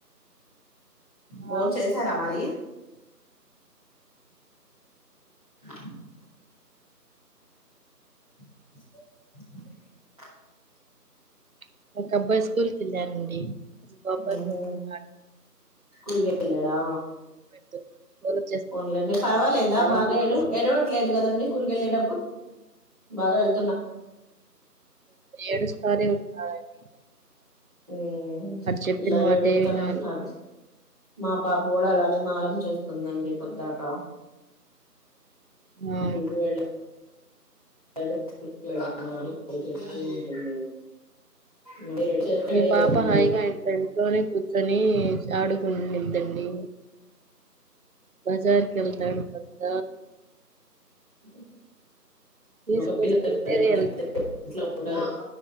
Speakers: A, on the right; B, on the right.
A: ఆ
B: బోన్ చేశారా మరి <inaudible> <inaudible>
A: <inaudible> ఒక అబ్బాయి స్కూల్కి వెళ్ళారండి ఇంకో అబ్బాయి
B: ఊహూ
A: పడుకున్నాడు
B: స్కూల్ గె వెళ్ళాడా
A: <inaudible> చేస్తున్నారు
B: ఫోన్ లెండి పర్వాలేదా బాగా ఎడు ఎడవట్లేదు గదండి స్కూల్ గెళ్ళటప్పుడు బాగా వెల్
A: ఏడుస్తానే ఉన్నాడండి
B: ఉ
A: చెప్పిన
B: పిల్లలు
A: మాటే
B: ఏడుస్తనే
A: వినాలి
B: ఉంటారు మా పాప గూడా అలానే మారం చేస్తుందండి పొద్దాక
A: ఆ
B: ఇంకా వెళ్ల <unintelligible> అని చేస్తూ ఉంటుంది మళ్ళీ రెడీ చేస్తే
A: మీ
B: రెడీ
A: పాప
B: అవుతుంది
A: హాయ్ గ ఎల్తాది లోనే కూర్చొని ఆడుకునిద్దండి బజార్ వెళ్తాడు పెద్ద
B: ఊ
A: తీసుకొస్తుంటేనే
B: మగ పిల్లలు కదండి
A: వెళ్తాడు
B: ఇంట్లో ఉండరు